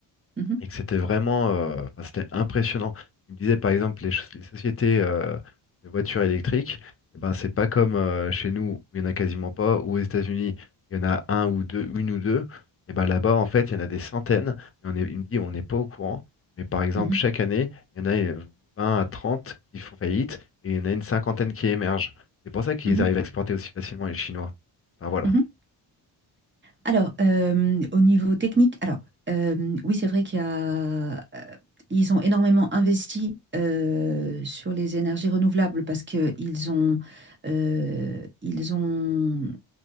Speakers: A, on the right; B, on the left.
A: mhm,
B: et que c'était vraiment, euh, enfin, c'était impressionnant. Il me disait par exemple les, ch- les sociétés euh, de voitures électriques, eh ben c'est pas comme euh, chez nous où il y en a quasiment pas, ou aux États-Unis il y en a un ou deux, une ou deux. Et ben là-bas en fait il y en a des centaines. Et on est, il me dit on n'est pas au courant, mais par exemple
A: mhm,
B: chaque année il y en a euh, 20 à trente qui font faillite et il y en a une cinquantaine qui émergent. C'est pour ça qu'ils
A: mhm,
B: arrivent à exporter aussi facilement les Chinois. Enfin voilà,
A: mhm. Alors, euh, au niveau technique, alors euh, oui, c'est vrai qu'il y a, euh, ils ont énormément investi euh, sur les énergies renouvelables parce que ils ont, euh, ils ont